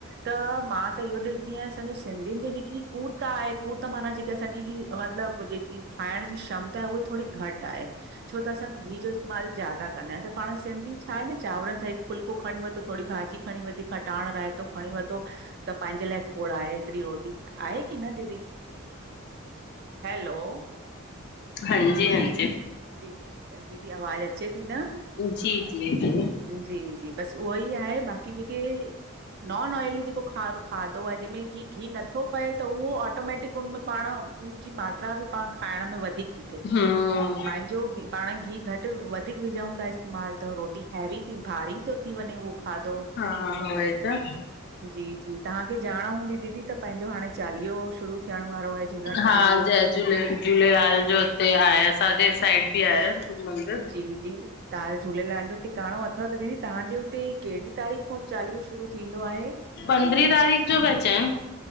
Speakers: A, on the right (about 50°); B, on the left (about 50°).
A: त मां त, इहो ॾिसदी आहियां असांॼो सिंधियुनि जे जेकी हू त आहे हू त माना जेके असांजी ही मतिलबु जेकी खांइण जी क्षमता आहे उह थोड़ी घट आहे, छो त असां घी जो इस्तेमाल ज्यादा कंदा आहियूं असां पांण सिंधी छा आहे न चांवरनि सां हिकु फुल्को खणीं वतो, थोड़ी भाॼी खणीं वती खटांण, रायतो खणीं वतो त पांहिंजे लाइ खोड़ आहे हेतिरी रोटी आहे की न दीदी? हैलो
B: हांजी हं।
A: दीदी दीदी आवाज़ अच्चे ती न?
B: जी जी जी।
A: जी जी बसि उहोई आहे बाक़ी ॼेके नॉन ऑयली जेको खा खादो आ जंहिंमें कि घी नथो पए त उहो ऑटोमेटिक उनमें पांण उन जी मात्रा बि पाण खाइण में वधीक ती थिए।
B: हम्म
A: पंहिंजो पाण घी घटि वधीक विझऊं ता इस्तेमालु त रोटी हैवी थी भारी तो थी वञे उहो खादो।
B: हा उहोई त।
A: जी जी। तव्हांखे ॼाण हूंदी दीदी त पंहिंजो हाणे चालीहो शुरू थियण वारो आहे झूलण
B: हा
A: साईं जो।
B: जय झूले झूलेलाल जो हिते आहे असांजे साइड बि आहे मंदिर।
A: जी -जी तहांजे झूलेलाल जो टिकाणो अथव त दीदी। तहांजे हुते कहिड़ी तारीख़ खां चालीहो शुरू थींदो आहे?
B: पंद्रहीं तारीख़ जो पया चवन।